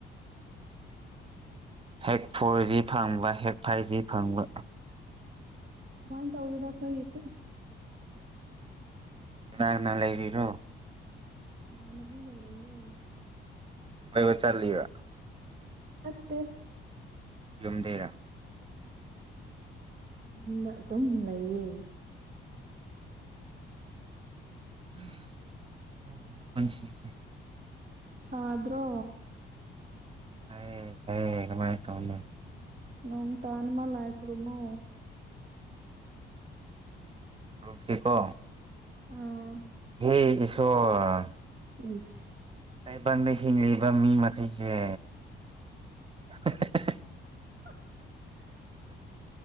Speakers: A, on the right (about 25°); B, on the right (about 45°).
A: <inaudible> ꯍꯦꯛ ꯐꯣꯔ ꯖꯤ ꯐꯪꯕ ꯍꯦꯛ ꯐꯥꯏꯚ ꯖꯤ ꯐꯪꯕ
B: ꯕꯥꯎꯟ ꯇꯧꯏꯗ ꯑꯩꯈꯣꯏꯒꯤꯁꯨ
A: ꯀꯅꯥ ꯀꯅꯥ ꯂꯩꯔꯤꯔꯣ
B: ꯏꯃꯥꯟꯅꯕꯤꯒ ꯂꯩꯌꯦ
A: ꯀꯣꯏꯕ ꯆꯠꯂꯤꯔꯥ
B: ꯆꯠꯇꯦ
A: ꯌꯨꯝꯗꯩꯔꯥ
B: ꯑꯗꯨꯅ ꯑꯗꯨꯝ ꯂꯩꯌꯦ
A: ꯑꯁ ꯈꯪꯗꯦꯅꯦ ꯄꯨꯟꯁꯤꯁꯦ
B: ꯁꯥꯗ꯭ꯔꯣ
A: ꯁꯥꯏꯌꯦ ꯁꯥꯏꯌꯦ ꯀꯃꯥꯏ ꯇꯧꯅꯤ
B: ꯅꯣꯡ ꯇꯥꯅꯕ ꯂꯥꯏ ꯈꯨꯔꯝꯃꯣ
A: ꯈꯨꯔꯨꯝꯀꯦꯀꯣ
B: ꯑꯥ
A: ꯍꯦ ꯏꯁ꯭ꯋꯥꯔ
B: ꯏꯁ
A: ꯇꯥꯏꯕꯪꯗ ꯍꯤꯡꯂꯤꯕ ꯃꯤ ꯃꯈꯩꯁꯦ <unintelligible>
B: <inaudible>